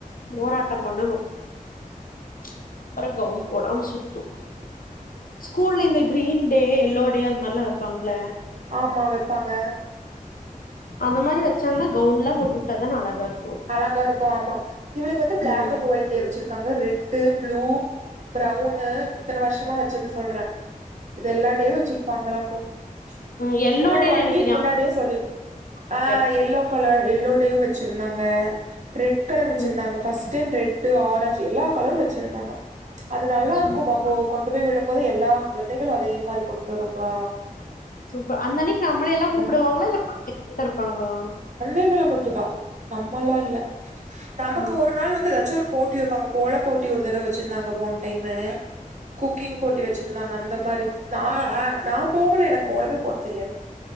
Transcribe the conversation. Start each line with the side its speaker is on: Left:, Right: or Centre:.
Left: போராட்டம் பண்ணனும் ப்ச் அப்புறம் கவுன் போடாம சுத்தும் ஸ்கூல்ல இந்த கிரீன் டே எல்லோ டே அந்த மாரிலாம் வைப்பாங்கள
Right: ஆமா வைப்பாங்க
Left: அந்த மாரி வச்சாங்கன்னா கவுன் லாம் போட்டு வுட்டாதான அழகா இருக்கும்
Right: அழகா இருக்கும் ஆமா இவளுக்கு வந்து பிளாக்
Left: ம்
Right: அண்ட் ஒயிட்டே வச்சிருக்காங்க ரெட் ரெட் ப்ளூ ஃபரவுன் இத்தனை வருஷமா வச்சது சொல்றேன் இது எல்லா டே வச்சிருப்பாங்களுக்கும் ப்ச்
Left: ம் எல்லோ
Right: முன்னாடி
Left: டேன்னு
Right: ஒன்
Left: எனக்கு
Right: வீக்
Left: ஞாபகோ
Right: முன்னாடியே சொல்லி
Left: இருக்கு
Right: ஆஹ் எல்லோ கலர் எ லோடே வச்சிருந்தாங்க அ ரெட்கலர் வச்சிருந்தாங்கஃபஸ்ட்
Left: ம்
Right: டைம் ரெட் ட்டு ஆரஞ்சு எல்லா கலர் வச்சிருந்தாங்க அது நல்லா
Left: சூப்பர்
Right: இருக்கும்மாகோ கொண்டு போய் விடும்போது எல்லா குழந்தைகளும் அதே மாரி போட்டு வரும்ங்களா
Left: சூப்பர் அந்த அன்னைக்கு நம்ள எல்லா கூப்பிடுவாங்களா
Right: அழ-
Left: இல்ல <inaudible> இருப்பாங்களா
Right: கள மட்டுதா நம் மல்லா இல்ல நமக்கு
Left: ம்
Right: ஒரு நாள் வந்து வெச்சுர் போட்டி வெப்பாங்க கோல போட்டி ஒரு தடவ வச்சிருந்தாங்க போன டைமு குக்கிங் போட்டி வச்சிருந்தாங்க அந்த மாரி நா ஆ நா போகல எனக்கு கோலமே போட தெரியாது